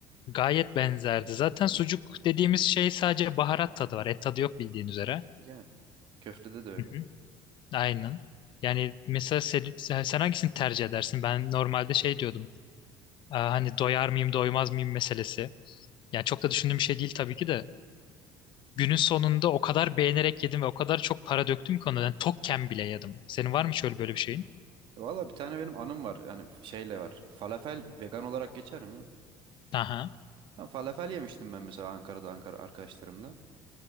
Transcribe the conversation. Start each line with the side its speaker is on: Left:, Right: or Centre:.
Left: Gayet benzerdi. Zaten
Right: Hı.
Left: sucuk dediğimiz şey sadece baharat tadı var. Et tadı yok bildiğin üzere.
Right: Yani köftede de öyle.
Left: Hı hı, Aynen. Yani mesela sen, sen hangisini tercih edersin? Ben normalde şey diyordum. Ee, hani doyar mıyım doymaz mıyım meselesi. Yani çok da düşündüğüm bir şey değil tabii ki de. Günün sonunda o kadar beğenerek yedim ve o kadar çok para döktüm ki ona. Yani tokken bile yedim. Senin var mı şöyle böyle bir şeyin?
Right: Valla bir tane benim anım var. Yani f- şeyle var. Falafel vegan olarak geçer mi?
Left: Aha.
Right: Ha, falafel yemiştim ben mesela Ankara'da Ankara arkadaşlarımla.